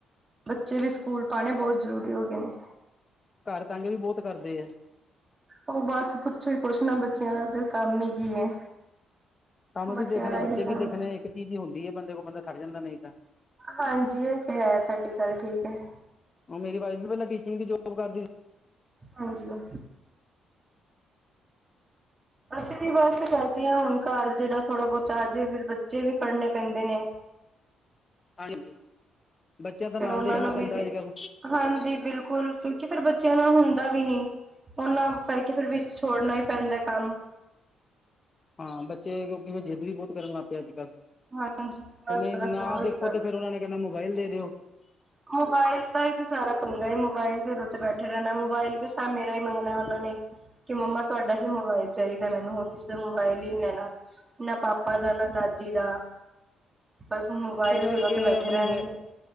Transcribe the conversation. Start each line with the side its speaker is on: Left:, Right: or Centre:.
Right: ਬੱਚੇ ਵੀ ਸਕੂਲ ਪਾਉਣੇ ਬਹੁਤ ਜ਼ਰੂਰੀ ਹੋ ਗਏ ਨੇ।
Left: ਘਰ ਤੰਗ ਵੀ ਬਹੁਤ ਕਰਦੇ ਆ।
Right: ਉਹ ਬਸ ਪੁੱਛੋ ਹੀ ਕੁੱਛ ਨਾ ਬੱਚਿਆਂ ਦਾ ਤੇ ਕੰਮ ਹੀ ਕੀ ਹੈ।
Left: ਕੰਮ
Right: ਬੱਚਿਆ
Left: ਵੀ ਦੇਖਣਾ
Right: ਦਾ
Left: ਬੱਚੇ
Right: ਏਹੀ ਕੰਮ
Left: ਵੀ ਦੇਖਣੇ
Right: ਹੈ।
Left: ਇੱਕ ਚੀਜ਼ ਹੀ ਹੁੰਦੀ ਹੈ ਬੰਦੇ ਕੋਲ ਬੰਦਾ ਖੜ ਜਾਂਦਾ ਨਹੀਂ ਤਾਂ।
Right: ਹਾਂਜੀ ਇਹ ਤੇ ਹੈ ਤੁਹਾਡੀ ਗੱਲ ਠੀਕ ਹੈ।
Left: ਉਹ ਮੇਰੀ ਵਾਈਫ ਵੀ ਪਹਿਲ ਟੀਚਿੰਗ ਦੀ ਜੋ ਕਰਦੀ ਸੀ।
Right: ਹਾਂਜੀ ਓਕੇ ਅਸੀਂ ਵੀ ਬਸ ਕਰਦੇ ਹਾਂ ਹੁਣ ਘਰ ਜਿਹੜਾ ਥੋੜਾ ਬਹੁਤਾ ਆ ਜਾਵੇ ਫਿਰ ਬੱਚੇ ਵੀ ਫੜ੍ਹਨੇ ਪੈਂਦੇ ਨੇ।
Left: ਹਾਂਜੀ ਬੱਚਿਆਂ ਦਾ
Right: ਫਿਰ
Left: ਨਾਲ
Right: ਉਹਨਾਂ
Left: ਦੇਖਣਾ
Right: ਨੂੰ
Left: ਪੈਂਦਾ
Right: ਵੀ
Left: ਅੱਜ ਕੱਲ
Right: ਹਾਂਜੀ ਬਿਲਕੁਲ ਕਿਉਂਕਿ ਫੇਰ ਬੱਚਿਆਂ ਨਾਲ ਹੁੰਦਾ ਵੀ ਨਹੀਂ। ਉਹਨਾਂ ਕਰਕੇ ਫਿਰ ਵਿੱਚ ਛੋੜਨਾ ਹੀ ਪੈਂਦਾ ਕੰਮ
Left: ਹਾਂ ਬੱਚੇ ਕਿਉਂਕਿ ਜਿੱਦ ਵੀ ਬਹੁਤ ਕਰਨ ਲੱਗ ਪਏ ਅੱਜ ਕੱਲ੍ਹ
Right: ਹਾਂਜੀ
Left: ਤੇ
Right: ਬਸ
Left: ਨਹੀਂ
Right: ਬਸ
Left: ਨਾ
Right: ਉਹੀ
Left: ਦੇਖੋ
Right: ਗੱਲ
Left: ਤੇ ਫੇਰ ਉਹਨਾ ਨੇ ਕਹਿੰਦਾ ਮੋਬਾਇਲ ਦੇ ਦਿਓ।
Right: ਮੋਬਾਇਲ ਦਾ ਹੀ ਵੀ ਸਾਰਾ ਪੰਗਾ ਮੋਬਾਇਲ ਦੇ ਉੱਤੇ ਬੈਠੇ ਰਹਿਣਾ ਮੋਬਾਇਲ ਵੀ ਮੇਰਾ ਹੀ ਮੰਗਣਾ ਉਹਨਾਂ ਨੇ। ਕਿ ਮੰਮਾ ਤੁਹਾਡਾ ਹੀ ਮੋਬਾਇਲ ਚਾਹੀਦਾ ਮੈਨੂੰ ਹੋਰ ਕਿਸੇ ਦਾ ਮੋਬਾਇਲ ਹੀ ਨਹੀਂ ਲੈਣਾ। ਨਾ ਪਾਪਾ ਦਾ, ਨਾ ਦਾਦੀ ਦਾ, ਬਸ ਮੋਬਾਇਲ
Left: ਇਸੇ ਕਰਕੇ
Right: ਦੇ ਦੋਂ ਤੇ ਬੈਠੇ
Left: ਆਪਣੀ
Right: ਰਹਿਣਗੇ।